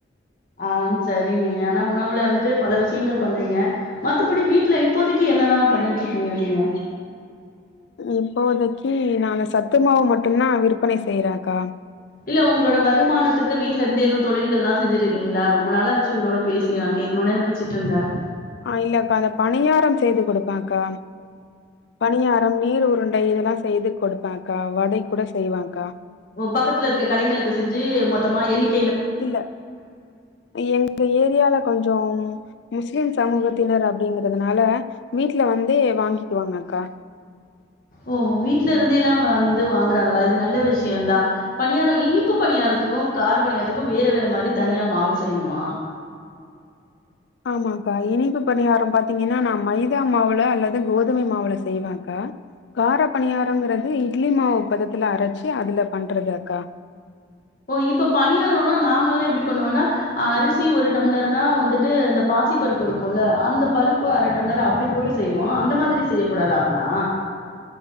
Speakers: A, on the left; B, on the left.
A: ஆஹ் சரி நீங்க ஆனா உணவுல வந்துட்டு பல விஷயங்கள் பண்றீங்க மத்தபடி வீட்டுல இப்போதைக்கு என்னெல்லாம் பண்ணிட்டுருக்கீங்க நீங்க
B: இப்போதைக்கி நான் அந்த சத்துமாவு மட்டும்தான் விற்பனை செய்யறேன்அக்கா
A: இல்ல உங்களோட வருமானத்துக்கு வீட்ல இருந்து ஏதுவும் தொழில்கள் எல்லாம் செஞ்சுட்டு இருக்கீங்களா ரொம்ப நாளாச்சு உங்களோட பேசி நா கேட்கணுனே நெனைச்சிட்டுருந்தேன்
B: ஆஹ் இல்லக்கா அந்த பணியாரம் செய்து கொடுப்பேன்அக்கா பணியாரம் நீர் உருண் டை இதெல்லாம் செய்து கொடுப்பேன் அக்கா வடை கூட செய்வன் அக்கா
A: பக்கத்துல இருக்க கடைகளுக்கு செஞ்சு மொத்தமா எண்ணிக்
B: இல்ல எங்க ஏரியால கொஞ்சம் முஸ்லிம் சமூகத்தினர் அப்படிங்கறதுனால வீட்ல வந்தே வாங்கிக்குவாங்க அக்கா
A: ஓ வீட்ல இருந்தே எல்லாம் வந்து வாங்குறாங்களா இது நல்ல விஷயம்தா பணியாரம இனிப்பு பணியாரத்துக்கும் கார பணியாரத்துக்கும் வேற வேற மாரி தனியா மாவு செய்யணுமா
B: ஆமாக்கா இனிப்பு பணியாரம் பாத்தீங்கன்னா நான் மைதா மாவுல அல்லது கோதுமை மாவுல செய்வேன் அக்கா கார பணியாரங்கிறது இட்லி மாவு பதத்துல அரைச்சு அதுல பண்றது அக்கா
A: ஓ இப்ப பணியாரம்னா நாங்க எல்லாம் எப்படி பண்ணுவோம்னா அரிசி ஒரு டம்ளர்னா வந்துட்டு இந்த பாசி பருப்பு இருக்கும்ல அந்த பருப்பு அரை டம்ளர் அப்படி போட்டு செய்வோம் அந்த மாதிரி செய்ய கூடாதா அப்பனா